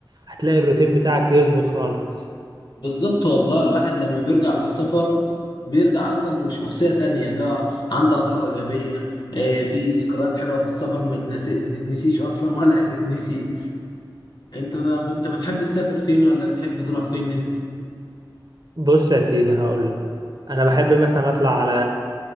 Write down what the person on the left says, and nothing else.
بالظبط والله الواحد لما بيرجع من السفر بيرجع اصلا شخصيه تانية اللي هو عنده طاقه ايجابيه آه، في ذكريات حلوه في السفر ما تنسي ما تتنسيش اصلا ولا <laughs> هتتنسي انت انت بتحب تسافر فين ولا بتحب تروح فين انت